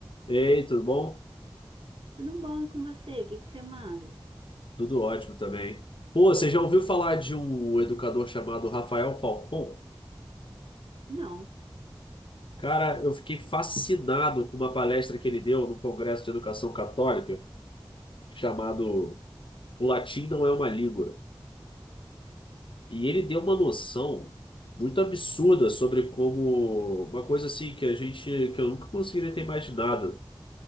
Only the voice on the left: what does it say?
Ei, tudo bom?
Tudo ótimo também. Pô, você já ouviu falar de um educador chamado Rafael Falcon?
Cara, eu fiquei fascinado com uma palestra que ele deu no Congresso de Educação Católica, chamado O Latim Não é uma Língua. E ele deu uma noção muito absurda sobre como uma coisa assim que a gente, que eu nunca conseguiria ter imaginado